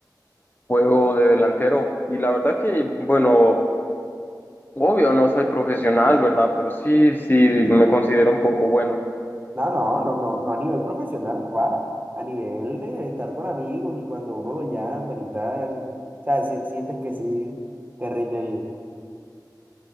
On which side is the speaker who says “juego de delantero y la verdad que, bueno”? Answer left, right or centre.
Left